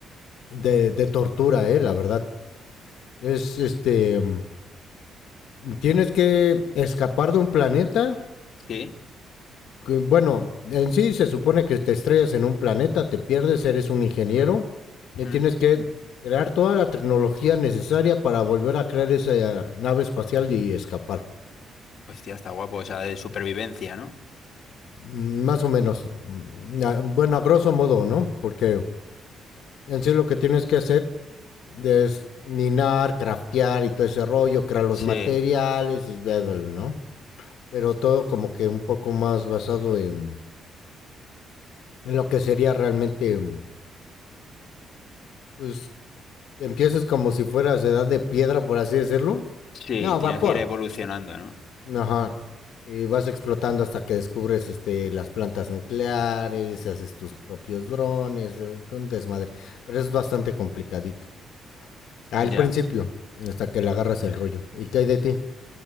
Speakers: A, on the left; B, on the left.
A: de, de tortura, eh, la verdad. Es, este, mm, tienes que escapar de un planeta
B: <laughs> sí.
A: Bueno, en sí se supone que te estrellas en un planeta, te pierdes, eres un ingeniero y
B: ¿Mm?
A: tienes que crear toda la tecnología necesaria para volver a crear esa nave espacial y escapar.
B: Hostia, está guapo, o sea, de supervivencia, ¿no?
A: Mm, Más o menos. Mm, a- Bueno, a grosso modo, ¿no? Porque en sí lo que tienes que hacer es minar, craftear y todo ese rollo, crear los
B: Sí,
A: materiales, y bla, bla, bla, ¿no? Pero todo como que un poco más basado en, en lo que sería realmente, mm, pues, empiezas como si fueras de edad de piedra, por así decirlo.
B: sí,
A: No,
B: tienes
A: vapor.
B: que ir evolucionando, ¿no?
A: Ajá. Y vas explotando hasta que descubres este, las plantas nucleares, haces tus propios drones, es un desmadre. Pero es bastante complicadito. Al
B: Ya.
A: principio, hasta que le agarras el rollo. ¿Y qué hay de ti?